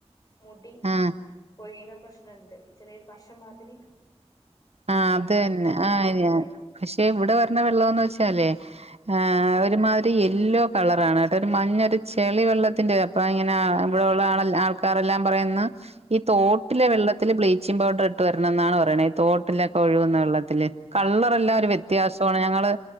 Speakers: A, on the left; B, on the right.
A: മുടി
B: ആഹ്
A: പൊയിന പ്രശ്നുണ്ട് ചെറിയൊരു പശംമാതിരി
B: ആഹ അത് തന്നെ
A: ബ്ലീച്ച്
B: ആഹ
A: ഇട്ടിട്ടെ
B: അന പക്ഷെ ഇവിടെ വര്ണ വെള്ളംന്ന് വെച്ചാലേ ആഹ
A: ഉം
B: ഒരു മാത് യെല്ലോ കളറ ആണ് കേട്ട ഒരു മഞ്ഞൊരു ചെളിവ വെള്ളത്തിന്റെ അപ്പൊ ഇങ്ങനെ ഇവിടെള്ള ആ ആൾല്ല ആൾക്കാറെല്ലാം പറയുന്ന ഈ തോട്ടിലെ
A: ഉം
B: വെള്ളത്തിത്തില് ബ്ലീച്ചിങ്പൗഡർ ഇട്ട് വരണം എന്നാണ് പറയണഈ തോട്ട് വട്ടിലൊക്കെ ഒഴുകുന്ന വെള്ളത്തില് കള്ളർല്ലാം ഒരു
A: ആഹ്
B: വ്യത്യാസമാണ്
A: ആഹ്
B: ഞങ്ങള്..